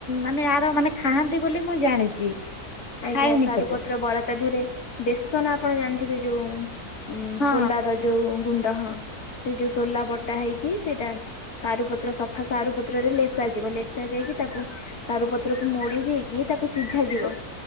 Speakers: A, on the left (about 50°); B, on the left (about 75°).
A: ମାନେ ୟାର ମାନେ ଖାଆନ୍ତି ବୋଲି ମୁଁ ଜାଣିଛି।
B: ଆଜ୍ଞା
A: ଖାଇନି
B: ସାରୁପତ୍ର
A: କେବେ
B: ବରା ତା ଦିହରେ ବେସନ ଆପଣ ଜାଣିଥିବେ ଯୋଉ ଉଁ
A: ହଁ
B: ସୋଲାର ଯୋଉ ଗୁଣ୍ଡ ହଁ ସେ ଯୋଉ ସୋଲା ବଟା ହେଇକି ସେଇଟା ସାରୁ ପତ୍ର ସଫା ସାରୁ ପତ୍ରରେ ଲେସା ଯିବ ଲେସା ଯାଇକି ତାକୁ ସାରୁ ପତ୍ରକୁ ମୋଡି ଦେଇକି ତାକୁ ସିଝା ଯିବ।